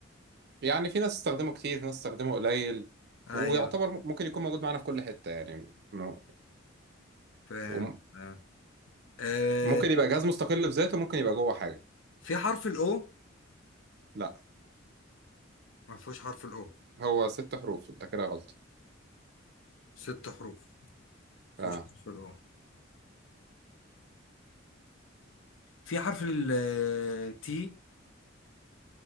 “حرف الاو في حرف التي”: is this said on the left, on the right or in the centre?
Left